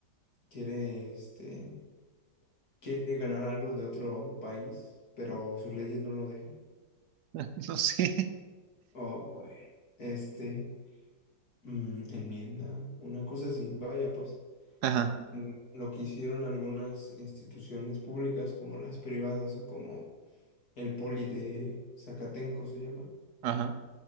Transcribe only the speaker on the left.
quiere, este, quiere ganar algo de otro país, pero sus leyes no lo dejan.
O pues, este, mm, enmienda, una cosa así. Vaya, pues,
mm, lo que hicieron algunas instituciones públicas, como las privadas o como el Poli de Zacatenco se llama.